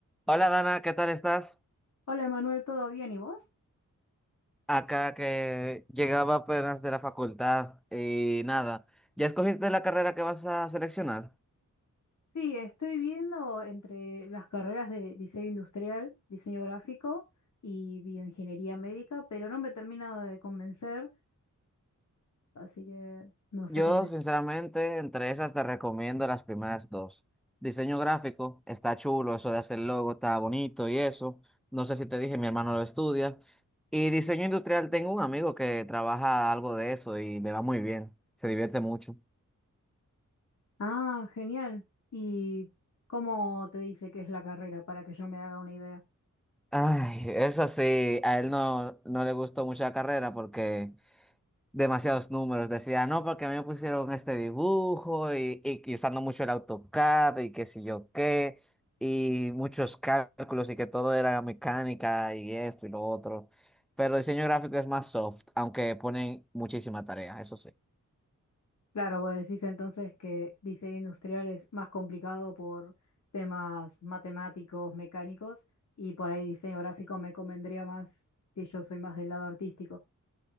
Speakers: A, in the centre; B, on the left.
A: Hola Dana, ¿qué tal estás?
B: Hola Emanuel, ¿todo bien? ¿Y vos?
A: Acá que llegaba apenas de la facultad y nada, ¿ya escogiste la carrera que vas a seleccionar?
B: Sí, estoy viendo entre las carreras de diseño industrial, diseño gráfico y bioingeniería médica, pero no me he terminado de convencer, así que no sé
A: Yo
B: qué me...
A: sinceramente entre esas te recomiendo las primeras dos. Diseño gráfico, está chulo, eso de hacer logo está bonito y eso. No sé si te dije, mi hermano lo estudia. Y diseño industrial, tengo un amigo que trabaja algo de eso y le va muy bien, se divierte mucho.
B: Ah, genial. ¿Y cómo te dice que es la carrera para que yo me haga una idea?
A: Ay, eso sí, a él no, no le gustó mucho la carrera porque... demasiados números. Decía, no, porque a mí me pusieron este dibujo y, y, y usando mucho el AutoCAD y qué sé yo qué, y muchos cálculos y que todo era mecánica y esto y lo otro. Pero diseño gráfico es más soft, aunque ponen muchísima tarea, eso sí.
B: Claro, vos decís entonces que diseño industrial es más complicado por temas matemáticos, mecánicos, y por ahí diseño gráfico me convendría más si yo soy más del lado artístico.